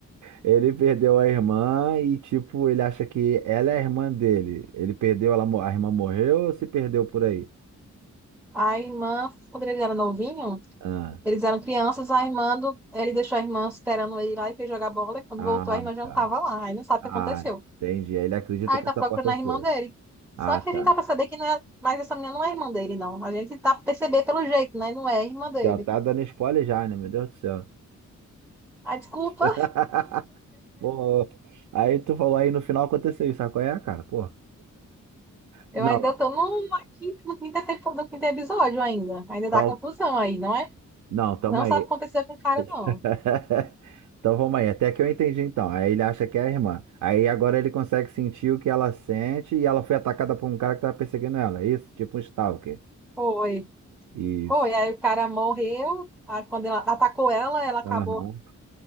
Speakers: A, on the right; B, in the centre.
A: ele perdeu a irmã e, tipo, ele acha que ela é a irmã dele. Ele perdeu, ela, mo- a irmã morreu ou se perdeu por aí?
B: A irmã, quando eles eram novinhos,
A: Ah,
B: eles eram crianças, a irmã do... ele deixou a irmã esperando ele lá e foi jogar bola. E quando
A: ah,
B: voltou, a irmã já
A: tá.
B: não tava lá. Aí não sabe
A: Ah,
B: o que aconteceu.
A: entendi. Ele acredita
B: Aí
A: que
B: tá
A: essa
B: procurando
A: possa
B: a
A: ser.
B: irmã dele.
A: Ah,
B: Só que
A: tá.
B: a gente tá pra saber que não é. Mas essa menina não é irmã dele, não. A gente tá pra perceber pelo jeito, né? Não é irmã dele.
A: Já tá dando spoiler já, né? Meu Deus do céu.
B: Ah, desculpa,
A: <laughs> Pô, aí tu falou aí no final aconteceu isso, sabe qual é, cara? Pô. <laughs>
B: eu
A: Não,
B: ainda tô no, na quinta, no quinto, epi- no quinto episódio ainda. Ainda
A: então,
B: dá confusão aí, não é?
A: não, tamo
B: Não
A: aí.
B: sabe o que aconteceu com o cara, não.
A: <laughs> Então vamos aí, até que eu entendi então. Aí ele acha que é a irmã. Aí agora ele consegue sentir o que ela sente e ela foi atacada por um cara que tava perseguindo ela. Isso, tipo um stalker.
B: Foi.
A: Isso.
B: Foi. Aí o cara morreu. Aí quando ela atacou ela, ela acabou
A: Aham.